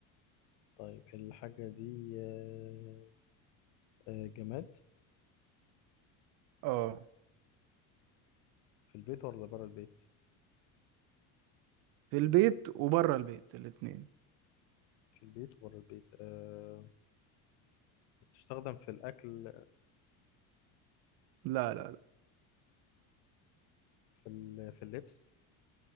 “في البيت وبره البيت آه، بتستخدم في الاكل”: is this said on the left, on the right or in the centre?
Left